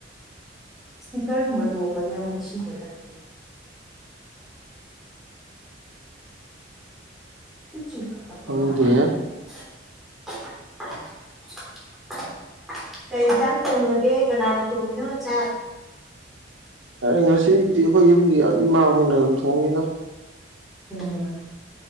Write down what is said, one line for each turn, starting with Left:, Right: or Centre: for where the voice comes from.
Centre: ꯏꯁꯄꯤꯀꯔꯒꯨꯝꯕ ꯇꯣꯡꯕꯁ ꯑꯃꯨꯛ ꯏꯁꯤꯡ ꯍ ꯆ <inaudible> ꯆꯤꯈꯠꯂꯛꯄ
Right: ꯈꯪꯗꯦ
Centre: ꯃꯥꯜꯂꯦ ꯁꯤꯃꯣ <unintelligible> ꯀꯩ ꯏꯟꯖꯥꯡ ꯊꯣꯡꯉꯒꯦ ꯀꯅꯥꯅ ꯇꯣꯡꯅꯣ ꯆꯥꯛ
Right: ꯉꯁꯤꯗꯤ ꯑꯩꯈꯣꯏ ꯌꯨꯝꯒꯤ ꯏꯃꯥꯈꯣꯏ ꯑꯣꯏꯅ ꯑꯗꯨꯝ ꯊꯣꯡꯉꯤꯗ
Centre: ꯎꯝ